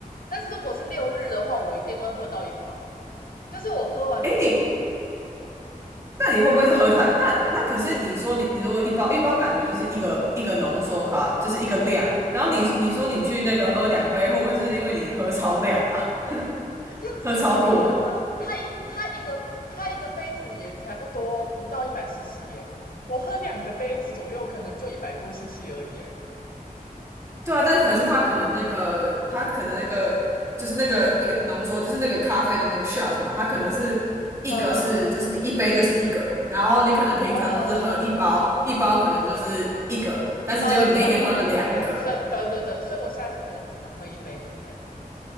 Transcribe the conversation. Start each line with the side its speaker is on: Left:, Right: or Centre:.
Left: 但是如果是六日的话，我一定会喝到一包，就是我喝完之后就，
Right: 诶，你那你会不会是喝太？那那可是你说你你如果一包一包感觉就是一个一个浓缩咖，就是一个量。然后你你说你去那个喝两杯，
Left: 对啊，
Right: 会不会是因为你喝超量啦？
Left: 这样子有超量吗？
Right: 喝超过了
Left: 它一它一个它一个杯子也才不多，不到一百 CC 耶，我喝两个杯子左右，可能就一百多 CC 而已耶
Right: 对啊，但是可是他可能那个，他可能那个就是那个一个浓缩，就是那个咖啡的那个 shot 嘛，它可能是一个是就是你一杯就是一个，
Left: 嗯，
Right: 然后你可能平常都是喝一包，
Left: 哦，
Right: 一包可能就是一个，但是结果你那天喝了两个。
Left: 一包要少一点这样，所以对对对，所以我下次可能只能喝一杯，对不对？